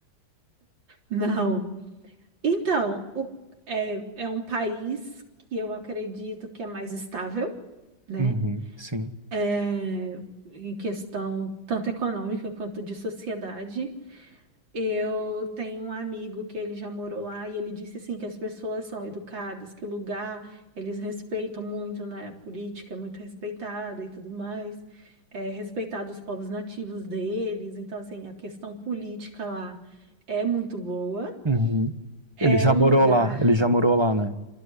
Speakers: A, on the right; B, on the right.
A: não. Então, o- é, é um país que eu acredito que é mais estável, né?
B: Uhum, sim.
A: É, em questão tanto econômica quanto de sociedade. Eu tenho um amigo que ele já morou lá e ele disse assim que as pessoas são educadas, que o lugar eles respeitam muito, né? A política é muito respeitada e tudo mais, é respeitado os povos nativos deles. Então, assim, a questão política lá é muito boa.
B: Uhum.
A: É
B: Ele já
A: um
B: morou
A: lugar
B: lá, ele já morou lá, né?